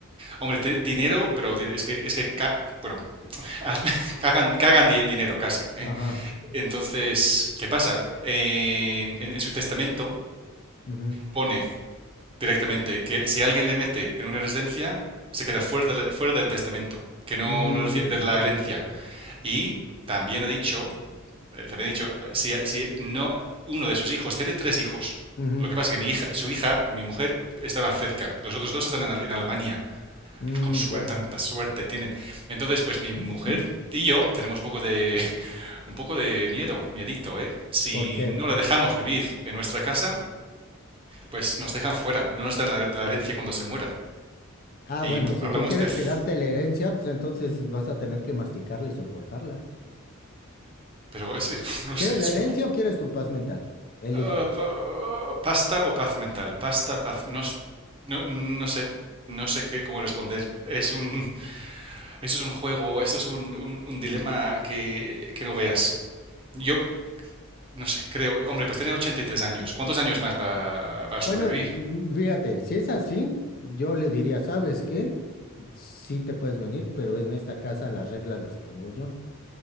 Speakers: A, on the right (about 25°); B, on the left (about 45°).
A: Hombre, te- dinero, pero es que, es que ca- bueno, <laughs> cagan, cagan di- dinero casi, ¿eh?
B: Ajá.
A: Entonces, ¿qué pasa? En, en- en su testamento
B: ujú.
A: pone directamente que si alguien le mete en una residencia, se queda fuera, de la- fuera del testamento, que no,
B: Mm,
A: no recibe de
B: ujú,
A: la herencia. Y también ha dicho eh, también he dicho, eh, si, si no, uno de sus hijos tiene tres hijos.
B: ujú.
A: Lo que pasa es que mi hija, su hija, mi mujer, está más cerca. Los otros dos están en, Al- en Alemania.
B: Mm,
A: Con suerte,
B: ya.
A: tanta suerte tienen. Entonces, pues mi mujer
B: <laughs>
A: y yo tenemos un poco de, <laughs> un poco de miedo, miedito, ¿eh? Si
B: ¿Por qué?
A: no la dejamos vivir en nuestra casa, pues nos dejan fuera. No nos dan la, la herencia cuando se muera.
B: Ah,
A: Y
B: bueno,
A: pu-
B: si
A: hablamos
B: tú quieres
A: de... c-
B: quedarte la herencia, pues entonces vas a tener que masticarla y soportarla.
A: Pero es, <laughs> no
B: ¿Quieres
A: sé, es
B: la herencia o quieres tu paz mental? Elige.
A: Ah, pa- eh, pasta o paz mental. Pasta, paz. No, no, no sé. No sé qué, cómo responder. Es un, esto es un juego, esto es un, un- un dilema que, que no veas. Yo no sé, creo. Hombre, pues tenía 83 años. ¿Cuántos años más pa- para pa sobrevivir?
B: Bueno, mm, fíjate, si es así, yo le diría, ¿sabes qué? Sí te puedes venir, pero en esta casa las reglas las pongo yo.